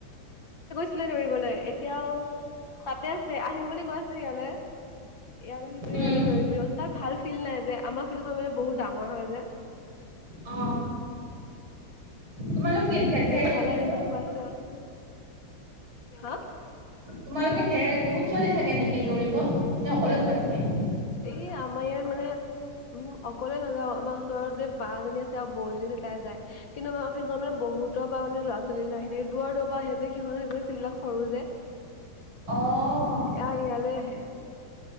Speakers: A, on the left (about 65°); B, on the right (about 75°).
A: ছিলে দৌৰিবলৈ এতিয়াও তাতে আছে আহিম বুলি কৈ আছে ইয়ালৈ, এয়াৰ সেইটোৱে এয়াতে
B: উম
A: দৌৰিম বুলি কৈছে তাত ভাল ফিল নাই যে আমাৰ ফিল মানে বহুত ডাঙৰ হয় যে,
B: অ তোমালোক কি ধে
A: সেইকাৰণে
B: ধেৰ
A: ইয়ালৈ
B: নে দৌৰিব
A: আহিম বুলি কৈ আছো আৰু হা
B: তোমালোকে ঢেৰ বহুত ছোৱালী থাকে নেকি দৌৰিব, নে অকলে যোৱা তুমি?
A: এই আমাৰ ইয়াত মানে, উম অকলে নাযাও আমাৰ ওচৰ যে বা জনী আছে আৰু বৌজনী আছে তাই যায় কিন্তু মেইখন মানে ব বহুতৰ পৰা মানে লৰা -ছোৱালী বিলাক আহি থাকে দুৱ দুৱৰ পৰা আহে যে সিহঁত সেই ফিল্ডত সৰু যে,
B: অহ
A: এয়া ইয়ালৈ আহে